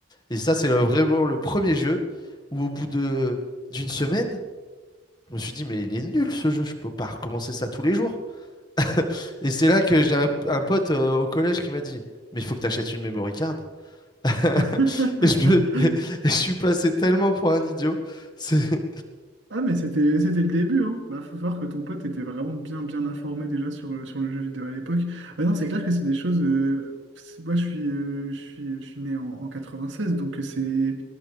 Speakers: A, on the left; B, on the right.
A: Et ça, c'est le- vraiment le premier jeu où au bout de d'une semaine, Je me suis dit, mais il est nul ce jeu, je peux pas recommencer ça tous les jours. <laughs> Et c'est là que j'ai un, un pote euh, au collège qui m'a dit, mais il faut que tu achètes une memory card. <laughs>
B: <laughs>
A: Et je, me- <laughs> et je suis passé tellement pour un idiot. C'est...
B: Ah, mais c'était, c'était le début, hein. Bah, faut voir que ton pote était vraiment bien, bien informé déjà sur, euh, sur le jeu vidéo à l'époque. Ah non, c'est clair que c'est des choses. euh, c'est- moi, je suis, euh, je suis, je suis né en, en 96, donc euh, c'est.